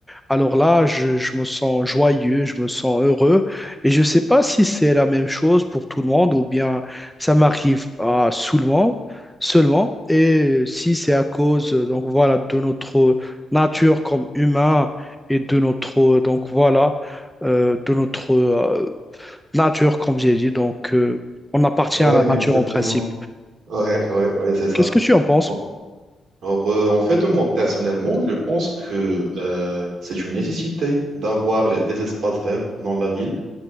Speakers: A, in the centre; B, on the right (about 65°).
A: alors là, je, je me sens joyeux, je me sens heureux. Et je ne sais pas si c'est la même chose pour tout le monde ou bien ça m'arrive à seulement, seulement. Et si c'est à cause, euh, donc voilà, de notre nature comme humain et de notre, euh, donc voilà, euh, de notre euh, nature comme j'ai dit. Donc, euh, on appartient
B: ouais,
A: à la nature
B: exactement.
A: en principe.
B: Ouais, ouais, ouais, c'est ça.
A: Qu'est-ce que tu en penses?
B: En- Alors, euh, en fait, moi, personnellement, je pense que euh, c'est une nécessité d'avoir les- des espaces verts dans la ville.